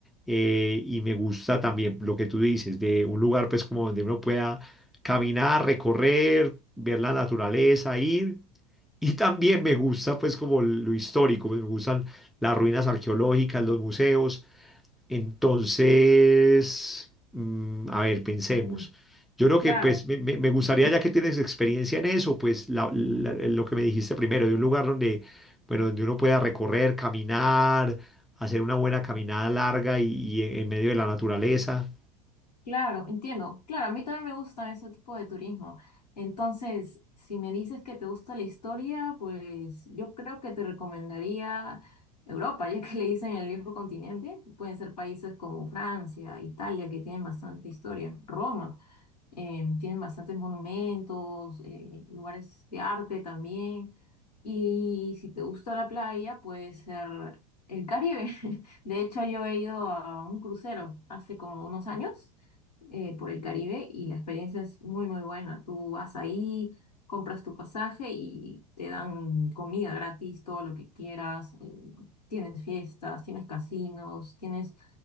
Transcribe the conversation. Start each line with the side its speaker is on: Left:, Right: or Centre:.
Centre: eh, y me gusta también lo que tú dices, de un lugar pues como donde uno pueda caminar, recorrer, ver la naturaleza, ir. Y también me gusta pues como lo histórico, pues, me gustan las ruinas arqueológicas, los museos, entonces, mm, a ver, pensemos.
Left: Mm,
Centre: Yo creo que
Left: Claro.
Centre: pues me, me- me gustaría,
Left: Ujú.
Centre: ya que tienes experiencia en eso, pues la- la- lo que me dijiste primero, de un lugar donde, bueno, donde uno pueda recorrer, caminar, hacer una buena caminada larga y, y en medio de la naturaleza.
Left: Claro, entiendo. Claro, a mí también me gustan ese tipo de turismo. Entonces, si me dices que te gusta la historia, pues yo creo que te recomendaría Europa, ya que le dicen el viejo continente. Pueden ser países como Francia, Italia, que tienen bastante historia. Roma, eh, tienen bastantes monumentos, eh, lugares de arte también. Y si te gusta la playa, puede ser el Caribe. <laughs> De hecho, yo he ido a un crucero hace como unos años eh, por el Caribe y la experiencia es muy, muy buena. Tú vas ahí, compras tu pasaje y te dan comida gratis, todo lo que quieras. eh, Tienes fiestas, tienes casinos, tienes